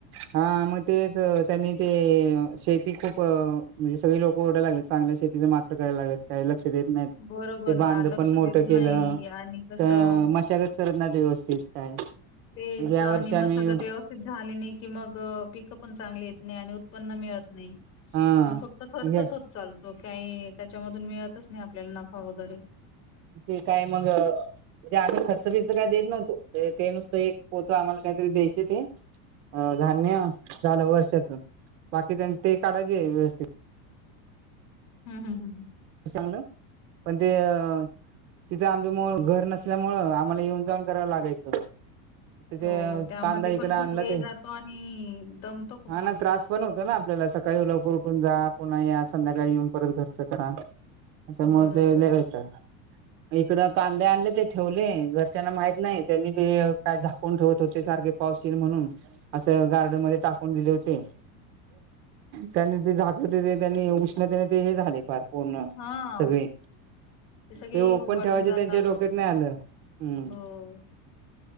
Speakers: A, on the right (about 30°); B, on the left (about 55°).
A: हा मग तेच त्यांनी ते शेती खूप प म्हणजे सगळे लोक ओरडाला लागलेत चांगल्या शेतीच मात्र करायला लागलेत. काही लक्ष देत नाहीत
B: बरोबर
A: ते
B: ना,
A: बांध
B: लक्ष
A: पण मोठं
B: देत नाही
A: केलं
B: आणि कसं
A: त मशागत करत नाहीत व्यवस्थित काय
B: तेच
A: मग या
B: आणि
A: वर्षी
B: मशागत
A: आम्ही
B: व्यवस्थि तीत झाली नाही की मग पिकं पण चांगली येत नाही आणि उत्पन्न मिळत नाही.
A: हा
B: मग फक्त खर्चच
A: म्हणजे
B: होत चालतो काही त्याच्यामधून मिळतच नाही आपल्याला नफा वगैरे
A: ते काय मग म्हणजे आम्ही खर्च बिर्च काय देत नव्हतो ते नुसतं एक पोत आम्हाला काहीतरी द्यायचे ते अ धान्य झालं वर्षातून बाकी त्यांन ते काढायचे व्यवस्थित
B: हम्म हम्म हम्म
A: चांगलं पण ते अ तिथे आमच मुळ घर नसल्यामुळं आम्हाला येऊन जाऊन करावं लागायचं. तिथे
B: हो, त्यामध्ये
A: कांदा इकड
B: पण
A: आणला
B: खूप वेळ
A: ते
B: जातो आणि दमतो खूप
A: हा
B: माणूस.
A: ना त्रास पण होतो ना आपल्याला सकाळी लवकर उठून जा पुन्हा या संध्याकाळी येऊन परत घरचं करा. अशामुळं
B: बरोबर.
A: ते लय वैताग इकड कांदे आणले ते ठेवले घरच्यांना माहित नाही त्यांनी ते काय झाकून ठेवत होते सारखे पाऊस ईल म्हणून असं गार्डन मध्ये टाकून दिले होते. त्यांनी ते झाकत होते त्यांनी उष्णतेने ते हे झाले पार पूर्ण
B: हां,
A: सगळी
B: सगळे
A: ते ओपन
B: हुबाटून
A: ठेवायचे
B: जातात.
A: त्यांच्या डोक्यात नाही आलं हम्
B: हो.